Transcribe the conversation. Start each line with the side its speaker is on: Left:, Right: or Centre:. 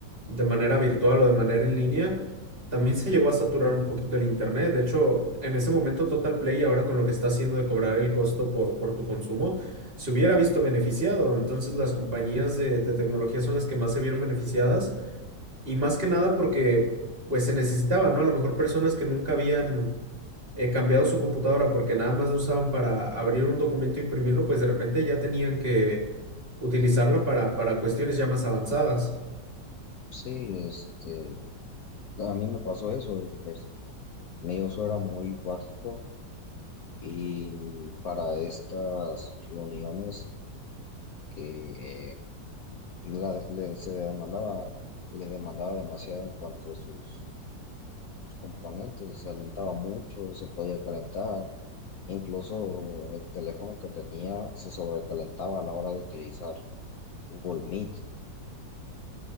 Right: de manera virtual o de manera en línea, también se llegó a saturar un poquito el internet. De hecho, en ese momento Total Play, ahora con lo que está haciendo de cobrar el costo por, por tu consumo, se hubiera visto beneficiado. Entonces, las compañías de, de tecnología son las que más se vieron beneficiadas y más que nada porque pues se necesitaban, ¿no? A lo mejor personas que nunca habían eh, cambiado su computadora porque nada más lo usaban para abrir un documento e imprimirlo, pues de repente ya tenían que utilizarla para, para cuestiones ya más avanzadas.
Left: Sí, este, a mí me pasó eso, de que pues mi uso era muy básico y para estas reuniones eh, la- le- se demandaba, le demandaba demasiado en cuanto a sus los componentes, se alentaba mucho, se podía calentar, incluso el teléfono que tenía se sobrecalentaba a la hora de utilizar Google Meet.